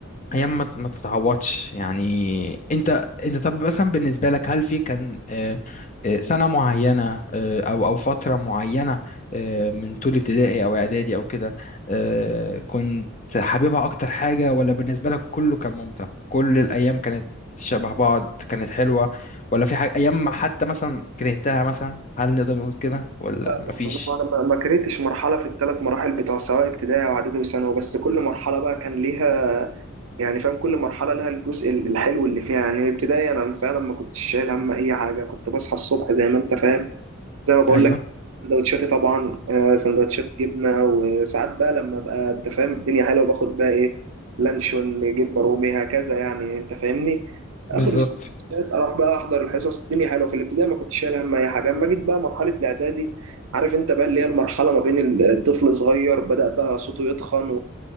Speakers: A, on the left; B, on the right.
A: ايام ما ما تتعوضش يعني انت انت طب مثلا بالنسبه لك هل في كان آه، آه، سنه معينه آه، او او فتره معينه آه، من طول ابتدائي او اعدادي او كده آه، كنت حاببها اكتر حاجه ولا بالنسبه لك كله كان ممتع كل الايام كانت شبه بعض كانت حلوه ولا في حاجه ايام ما حتى مثلا كرهتها مثلا هل نقدر نقول كده ولا
B: لا
A: مفيش
B: انا أنا ما ما كرهتش مرحله في الثلاث مراحل بتوع سواء ابتدائي واعدادي وثانوي بس كل مرحله بقى كان ليها يعني فاهم كل مرحلة لها الجزء الحلو اللي فيها يعني الابتدائي أنا فعلا ما كنتش شايل هم أي حاجة كنت بصحى الصبح زي ما أنت فاهم زي ما بقول
A: ايوه
B: لك سندوتشاتي طبعا آه، سندوتشات جبنه وساعات بقى لما ابقى انت فاهم الدنيا حلوه باخد بقى ايه لانشون جبنه رومي هكذا يعني انت فاهمني اخد
A: بالظبط
B: السندوتشات اروح بقى احضر الحصص الدنيا حلوه في الابتدائي ما كنتش شايل هم اي حاجه اما جيت بقى مرحله الاعدادي عارف انت بقى اللي هي المرحله ما بين الطفل صغير بدا بقى صوته يتخن